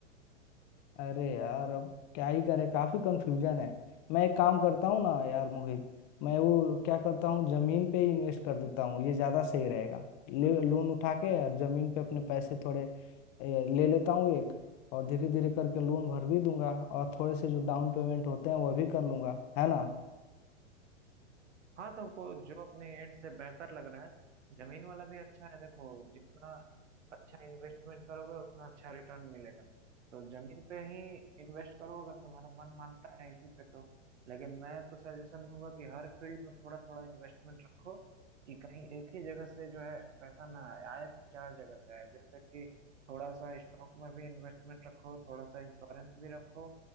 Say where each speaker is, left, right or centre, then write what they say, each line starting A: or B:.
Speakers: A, on the left; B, on the right.
A: अरे यार अब क्या ही करे काफी कंफ्यूजन है मैं एक काम करता हूँ ना यार मोहित मैं वो क्या करता हूँ जमीन पे ही इन्वेस्ट कर देता हूँ ये ज्यादा सही रहेगा ले लोन उठा के और जमीन पे अपने पैसे थोड़े ए, ले लेता हूँ एक और धीरे धीरे करके लोन भर भी दूंगा और थोड़े से जो डाउन पेमेंट होते हैं वह भी कर लूंगा है ना
B: हाँ तो को जो अपने एंड से बेहतर लग रहा है जमीन वाला भी अच्छा है देखो जितना अच्छा इन्वेस्टमेंट करोगे उतना अच्छा रिटर्न मिलेगा तो जमीन पे ही इन्वेस्ट करो अगर तुम्हारा मन मानता है इसी पे तो लेकिन मैं तो सजेशन दूंगा कि हर फील्ड में थोड़ा थोड़ा इन्वेस्टमेंट रखो कि कहीं एक ही जगह से जो है पैसा ना आए आए तो चार जगह से आए जैसे कि थोड़ा सा स्टॉक में भी इन्वेस्टमेंट रखो थोड़ा सा इंश्योरेंस भी रखो